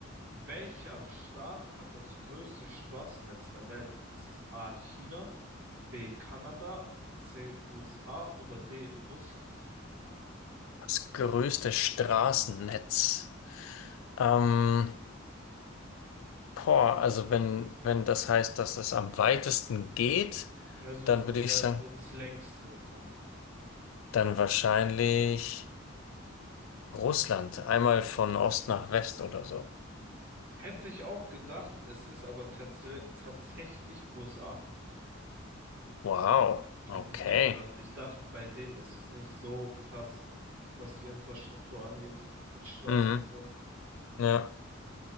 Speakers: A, on the right; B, on the left.
A: welcher Staat hat das größte Straßennetz der Welt? Ist es A. China, B. Kanada, C. USA oder D. Russland?
B: Das größte Straßennetz. Ähm, boah, also wenn, wenn das heißt, dass es am weitesten geht,
A: Also
B: dann
A: die,
B: würde ich
A: ja,
B: sagen,
A: so das längste so.
B: Dann wahrscheinlich Russland, einmal von Ost nach West oder so.
A: Hätte ich auch gedacht, es ist aber tats tatsächlich USA.
B: Wow,
A: Hätte
B: okay.
A: ich nicht gedacht. Ich dachte, bei denen ist es nicht so krass, was die Infrastruktur angeht, mit Straßen
B: Mhm.
A: und so.
B: Ja,